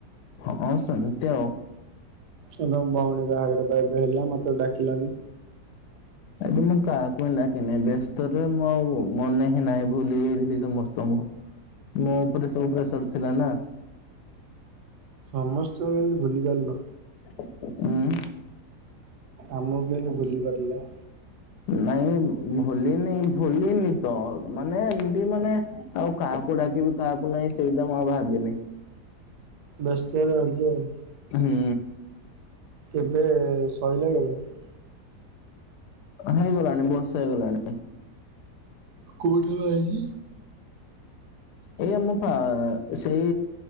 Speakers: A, on the left; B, on the right.
A: ହଁ ସେମ୍ ତି ଆଉ।
B: ଏବଂ ଭଉଣୀ ବାହାଘର ବା ଏବେ ହେଲା ମତେ ଡାକିଲାନି।
A: ଏବେ ମୁଁ କାହାକୁ ଡାକି ନାହିଁ ବ୍ୟସ୍ତରେ ମୁଁ ଆଉ ମନେ ନାଇଁ ଭୁଲି ଯାଇଥିଲି ସମସ୍ତଙ୍କୁ ମୋ ଉପରେ ସବୁ ପ୍ରେସର ଥିଲା ନା।
B: ସମସ୍ତଙ୍କୁ କେମତି ଭୁଲି ପାରିଲ?
A: ହୁଁ।
B: ଆମକୁ କେଏତି ଭୁଲିପାରିଲ?
A: ନାଇଁ ଭୁଲିନି ଭୁଲିନି ତ ମାନେ ଏମତି ମାନେ ଆଉ କାହାକୁ ଡାକିବି କାହାକୁ ନାଇଁ ସେଇଟା ମୁଁ ଆଉ ଭାବିନି।
B: ଦଶ ଟାରେ ରଇଛି ଆଉ
A: ହୁଁ
B: କେବେ ଶୋଇଲା କେବେ <unintelligible>
A: ହେଇଗଲାଣି ବର୍ଷେ ହେଇଗଲାଣି।
B: କୋଠେ ବାହାହେଇଛି?
A: ଏଇ ଆମ ଫା ସେଇ